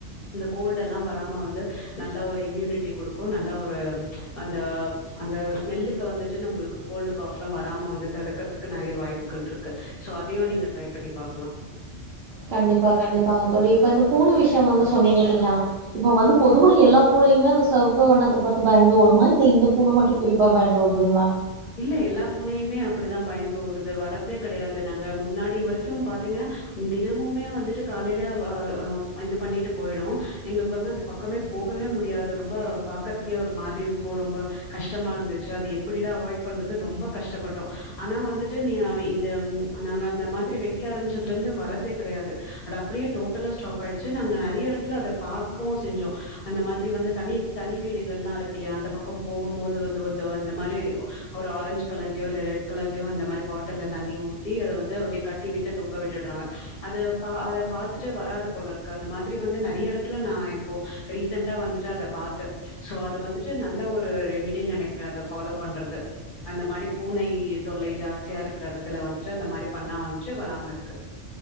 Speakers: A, on the left; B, on the right.
A: கோல்டுலாம் வ வராம வந்து நல்லா ஒரு இம்யூனிட்டி கொடுக்கும் நல்லா ஒரு அந்த அந்த ஸ்மெல்லுக்கு வந்துட்டு உங்களுக்கு கோல்டு காப் எல்லாம் வராம வந்து தடுக்கறதுக்கு நிறைய வாய்ப்புகள் இருக்கு சோ அதையும் நீங்க ட்ரை பண்ணி பாக்கலாம்
B: கண்டிப்பா கண்டிப்பாங்க தோழி இப்ப இந்த பூனை விஷயம் வந்து சொன்னீங்க இல்லையா இப்ப வந்து பொதுவா எல்லா பூனையுமே அந்த சிவப்பு வண்ணத்தை பாரு பயந்து ஓடுமா இல்ல இந்த பூனை மட்டும் குறிப்பா பயந்து ஓடுதுங்களா
A: இல்ல எல்லா பூனையுமே அப்படிதான் பயந்து ஓடுது வர்றதே கெடையாது நாங்க முன்னாடி இ வரைக்கும் பாத்தீங்கன்னா தினமுமே வந்துட்டு காலையில இது பண்ணிட்டு போயிடும் எங்களுக்கு வந்து அந்த பக்கமே போகவே முடியாது ரொம்ப பாக்கறதுக்கே அது மாதிரி இருக்கும் ரொம்ப கஷ்டமா இருந்துச்சு அது எப்படிடா அவாய்ட் பண்றது ரொம்ப கஷ்டப்பட்டோம் ஆனா வந்துட்டு நீ இத நாங்க அந்த மாதிரி வைக்க ஆரம்பிச்சதுல இருந்து வரதே கிடையாது அது அப்படியே டோட்டலா ஸ்டாப் ஆயிடுச்சு நாங்க நிறைய இடத்துல அதை பாார்கக்கவும் செஞ்சோம் அந்த மாதிரி வந்து தனி தனி வீடுகள் எல்லாம் இருக்கு இல்லையா அந்த பக்கம் போகும் போது வந்துந்து அந்த மாதிரி ஒரு ஆரஞ்ச் கலர்லயோ இல்லை ரெட் கலர்லயோ இந்த மாதிரி பாட்டிலில் தண்ணி ஊற்றி அதை வந்து அப்படியே கட்டி விட்டு தொங்க விட்டுறாங்க அதை பா அதை பார்த்துட்டு வராது போல இருக்கு அந்த மாதிரி வந்து நிறைய இடத்துல நான் இப்போ ரீசெண்டட்டாக வந்துட்டு அதை பார்த்தேன் ஸோ அதது வந்துட்டு நல்ல ஒரு ரெமிடனு நினைக்கிறேன் அதை ஃபாலோ பண்றது அந்த மாதிரி பூனை தொல்லை ஜாஸ்தியா இருக்கிற இடத்துல வந்துட்டு அந்த மாதிரி பண்ணா வந்துட்டு வராம இருக்கு